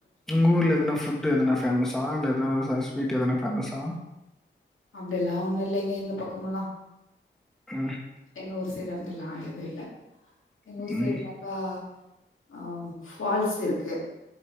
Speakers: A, in the centre; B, on the left.
A: உங்க ஊர்ல எதனா ஃபுட் எதனா ஃபேமஸா இல்ல எதனா ஸ்வீட் எதனா ஃபேமஸா
B: அப்டி எல்லா ஒண்ணு இல்லைங்க இந்த பக்கமல்லா
A: அ
B: எங்க ஊர் சைடு அப்டில்லா எதுவு இல்ல எங்க
A: ம்ஹ்ம்.
B: ஊர் சைடுனாக்கா அ ஃபால்ஸ் இருக்கு